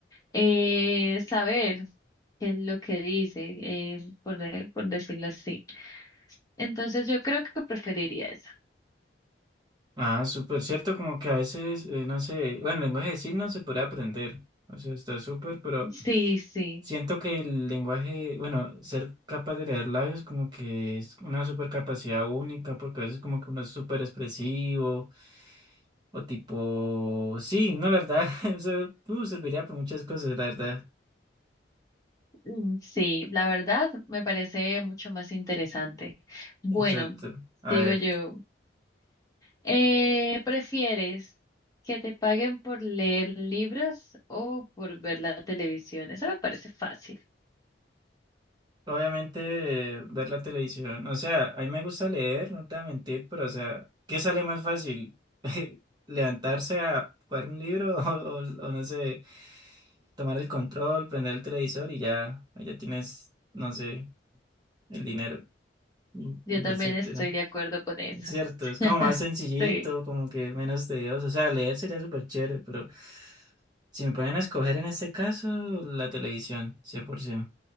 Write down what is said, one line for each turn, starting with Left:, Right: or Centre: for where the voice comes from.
Left: eh, saber qué es lo que dice, eh, por, de- por decirlo así. Entonces yo creo que preferiría eso.
Right: Ah, súper cierto, como que a veces, eh, no sé, bueno, el lenguaje de signos se puede aprender, o sea, está súper, pero
Left: Sí, sí.
Right: siento que el lenguaje, bueno, ser capaz de leer labios como que es una súper capacidad única, porque a veces como que uno es súper expresivo. O tipo, sí, no, la verdad, <laughs> eso uh, serviría para muchas cosas, la verdad.
Left: Mm, Sí, la verdad me parece mucho más interesante. Bueno,
Right: Exacto. A
Left: digo
Right: ver,
Left: yo, eh, ¿prefieres que te paguen por leer libros o por ver la televisión? Eso me parece fácil.
Right: obviamente eh, ver la televisión. O sea, a mí me gusta leer, no te voy a mentir, pero o sea, ¿qué sale más fácil? <laughs> ¿Levantarse a jugar un libro <laughs> o, o- o no sé, tomar el control, prender el televisor y ya, ya tienes, no sé, el dinero y, y
Left: Yo también
Right: etcétera?
Left: estoy de acuerdo con eso.
Right: Cierto, es como
Left: <laughs>
Right: más sencillito,
Left: Sí,
Right: como que menos tedioso. O sea, leer sería súper chévere, pero si me ponen a escoger en este caso, la televisión, 100%.